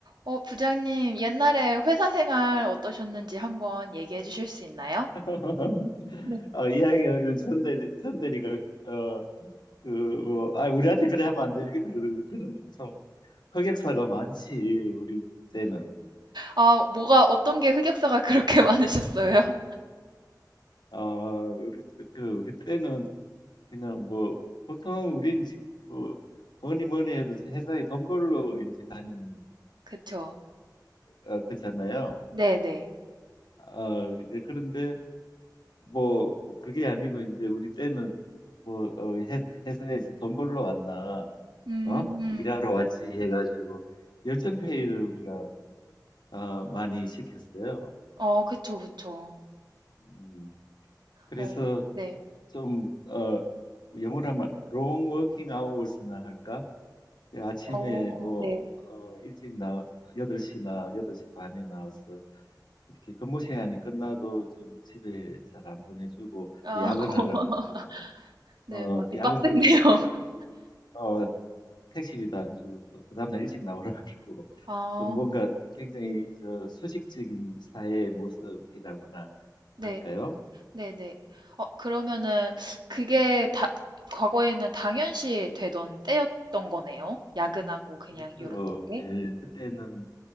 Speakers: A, on the right; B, on the left.
A: 어, 부장님, 옛날에 회사 생활 어떠셨는지 한번 얘기해 주실 수 있나요?
B: <laughs>
A: 네,
B: 어, 이야기하면 전대리 전대리가 어, 그, 뭐, 아, 우리한테 그래 하면 안 되겠다. 그런, 그런, 참, 흑역사가 많지, 우리 때는.
A: 아, 뭐가, 어떤 게 흑역사가 그렇게 <laughs> 많으셨어요?
B: 어, 우리, 때- 그, 우리 때는 그냥 뭐, 보통 우린 지- 뭐, 뭐니 뭐니 해도 회사에 돈 벌러 이렇게 다니는,
A: 그쵸.
B: 어, 거잖아요.
A: 네네.
B: 어, 예, 그런데 뭐, 그게 아니고 이제 우리 때는 뭐, 어, 회, 회사에서 돈 벌러 왔나.
A: 음,
B: 어? 일하러 왔지 해가지고 열정페이를 우리가 어, 많이 시켰어요.
A: 어, 그쵸, 그쵸.
B: 음, 그래서
A: 어, 네.
B: 좀 어, 영어로 하면 long working hours나 할까? 그 아침에
A: 어,
B: 뭐
A: 네.
B: 어, 일찍 나 8시나 8시 반에 나와서 이렇게 근무 시간이 끝나도 좀 집에 잘 안 보내주고
A: 아,
B: 또 야근하라
A: <laughs>
B: 그러고
A: 네,
B: 어,
A: 많이
B: 야근
A: 빡셌네요.
B: 끝나면
A: <laughs>
B: 택, 어, 택시비도 안 주고 또 그 다음날 일찍 나오라 <laughs> 그러고
A: 아,
B: 좀 뭔가 굉장히 저 수직적인 사회의 모습이라고나
A: 네,
B: 할까요?
A: 네네. 어, 그러면은, 그게 다, 과거에는 당연시 되던 때였던 거네요? 야근하고 그냥
B: 그렇죠.
A: 이랬던 게?
B: 예, 그때는